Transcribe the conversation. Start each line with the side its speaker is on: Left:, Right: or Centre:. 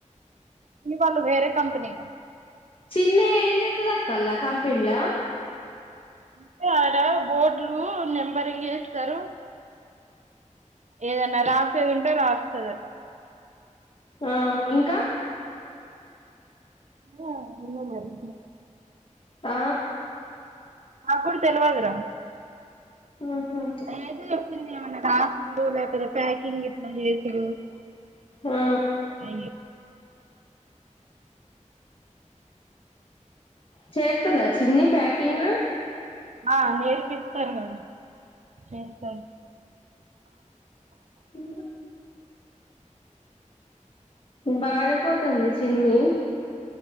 Right: పిన్నివాళ్ళు వెరే కంపనీ
Left: చిన్న ఏం చెత్తది అక్క అల్లా కంపెనీలా
Right: అంటే ఆడ బోర్డులు నెంబరింగ్ ఎస్తారు ఏదన్నా రాసేది ఉంటే రాస్తదట
Left: ఆ ఇంకా
Right: ఆ అమ మరి
Left: ఆ
Right: నా కూడా తెలివాదురా
Left: ఆహా
Right: అతే చెప్పంది ఏమన్నా రాసూడు లేకపోతే ప్యాకింగ్ ఎట్లా చేసుడు
Left: ఆ
Right: అ
Left: చెత్తద చిన్ని పాకింగ్
Right: ఆ నేర్పిస్తారు కదా చేస్తారు
Left: ఉ బానే పోతుంది చిన్ని